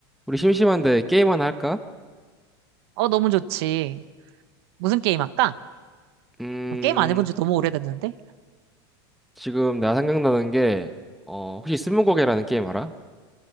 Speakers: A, in the centre; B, on the right.
A: 우리 심심한데 게임 하나 할까?
B: 어, 너무 좋지. 무슨 게임 할까?
A: 음,
B: 어, 게임 안 해본 지 너무 오래됐는데?
A: 지금 나 생각나는 게, 어, 혹시 스무고개라는 게임 알아?